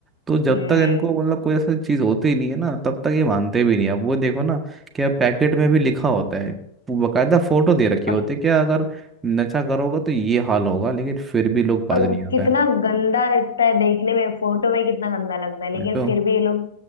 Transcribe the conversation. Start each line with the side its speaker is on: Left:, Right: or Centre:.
Right: तो जब
Left: हम्म
Right: तक इनको मतलब कोई ऐसा चीज होती ही नहीं है ना तब तक ये मानते भी नहीं अब वो देखो ना क्या पैकेट में भी लिखा होता है वो बकायदा फोटो दे रखी
Left: और
Right: होती है क्या अगर नशा करोगे तो ये हाल होगा लेकिन फिर भी लोग बाज
Left: और
Right: नहीं
Left: वो
Right: आता
Left: कितना
Right: है
Left: गंदा लगता है देखने में फोटो में कितना गंदा लगता है लेकिन
Right: नहीं तो
Left: फिर भी ये लोग